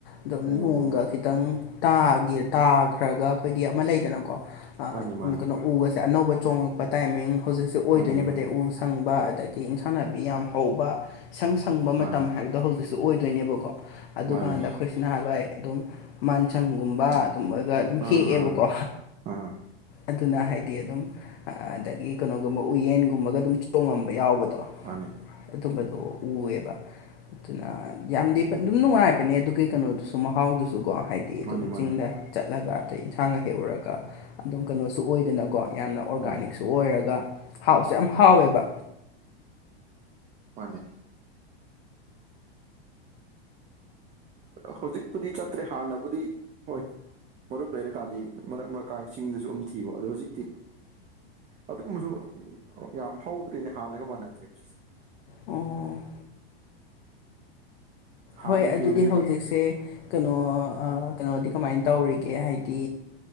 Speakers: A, on the left; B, on the right.
A: ꯑꯗꯨꯝ
B: ꯑꯣ
A: ꯅꯣꯡꯒ ꯈꯤꯇꯪ ꯇꯥꯒꯤ ꯇꯥꯈ꯭ꯔꯒ ꯑꯩꯈꯣꯏꯒꯤ ꯑꯃ ꯂꯩꯗꯅꯀꯣ
B: ꯃꯥꯅꯤ ꯃꯥꯅꯤ
A: ꯀꯩꯅꯣ ꯎꯒꯁꯦ ꯑꯅꯧꯕ ꯆꯣꯡꯉꯛꯄ ꯇꯥꯏꯃꯤꯡ ꯍꯧꯖꯤꯛꯁꯦ ꯑꯣꯏꯗꯣꯏꯅꯦꯕ
B: ꯃꯥꯅꯤ ꯃꯥꯅꯤ
A: ꯎꯁꯦ ꯁꯪꯕ ꯑꯗꯒꯤ ꯏꯟꯁꯥꯟ ꯅꯥꯕꯤ ꯌꯥꯝ ꯍꯧꯕ ꯏꯁꯪ ꯁꯪꯕ ꯃꯇꯝ
B: ꯃꯥꯅꯤ
A: ꯍꯥꯏꯕꯗꯣ ꯍꯧꯖꯤꯛꯁꯤꯅꯦ ꯁꯨ ꯑꯣꯏꯗꯣꯏꯅꯦꯕꯀꯣ ꯑꯗꯨꯀꯥꯟꯗ
B: ꯃꯥꯅꯤ
A: ꯑꯩꯈꯣꯏꯁꯤ ꯅꯍꯥꯟꯋꯥꯏ ꯑꯗꯨꯝ ꯃꯟꯁꯪꯒꯨꯝꯕ ꯑꯗꯨꯝꯕꯒ ꯑꯗꯨꯨꯝ ꯍꯦꯛꯑꯦꯚꯀꯣ
B: ꯑꯥ ꯑꯥ ꯑꯥ
A: ꯑꯗꯨꯅ ꯍꯥꯏꯗꯤ ꯑꯗꯨꯝ ꯑꯗꯒꯤ ꯀꯩꯅꯣꯒꯨꯝꯕ ꯎꯌꯦꯟꯒꯨꯝꯕꯒ ꯑꯗꯨꯝ ꯆꯣꯡꯉꯝꯕ ꯌꯥꯎꯕꯗꯣ
B: ꯃꯥꯅꯦ
A: ꯑꯗꯨꯝꯕꯗꯣ ꯎꯑꯦꯕ ꯑꯗꯨꯅ ꯌꯥꯝꯗꯤ ꯑꯗꯨꯝ ꯅꯨꯡꯉꯥꯏꯕꯅꯦ ꯑꯗꯨꯒꯤ ꯀꯩꯅꯣꯗꯨꯁꯨ ꯃꯍꯥꯎꯗꯨꯁꯨꯀꯣ ꯍꯥꯏꯗꯤ ꯍꯥꯏꯗꯤ ꯑꯗꯨꯝ
B: ꯃꯥꯅꯤ ꯃꯥꯅꯤ
A: ꯆꯤꯡꯗ ꯆꯠꯂꯒ ꯑꯗꯩ ꯏꯟꯁꯥꯡꯒ ꯍꯦꯛꯎꯔꯒ ꯑꯗꯨꯝ ꯀꯩꯅꯣꯁꯨ ꯑꯣꯏꯗꯅꯀꯣ ꯌꯥꯝꯅ ꯑꯣꯔꯒꯥꯅꯤꯛꯁꯨ
B: ꯃꯥꯅꯤ
A: ꯑꯣꯏꯔꯒ ꯍꯥꯎꯁꯨ ꯌꯥꯝ ꯍꯥꯎꯋꯦꯕ
B: ꯃꯥꯅꯦ ꯍꯧꯖꯤꯛꯄꯨꯗꯤ ꯆꯠꯇ꯭ꯔꯦ ꯍꯥꯟꯅꯕꯨꯗꯤ ꯍꯣꯏ ꯃꯔꯨꯞ ꯂꯩꯔꯀꯥꯟꯗꯤ ꯃꯔꯛ ꯃꯔꯀꯥꯏ ꯆꯤꯡꯗꯁꯨ ꯑꯗꯨꯝ ꯊꯤꯕ ꯑꯗꯣ ꯍꯧꯖꯤꯛꯇꯤ ꯑꯗꯨꯒꯨꯝꯕꯁꯨ ꯌꯥꯝ ꯍꯧꯗ꯭ꯔꯦꯅꯦ ꯍꯥꯟꯅꯒ ꯃꯥꯟꯅꯗ꯭ꯔꯦ ꯍꯧꯖꯤꯛꯁꯦ
A: ꯑꯣ
B: ꯍꯥꯟꯅ
A: ꯍꯣꯏ ꯑꯗꯨꯗꯤ
B: ꯍꯦꯜꯂꯦꯕ
A: ꯍꯧꯖꯤꯛꯁꯦ ꯀꯩꯅꯣ ꯀꯩꯅꯣꯗꯤ ꯀꯃꯥꯏꯅ ꯇꯧꯔꯤꯒꯦ ꯍꯥꯏꯗꯤ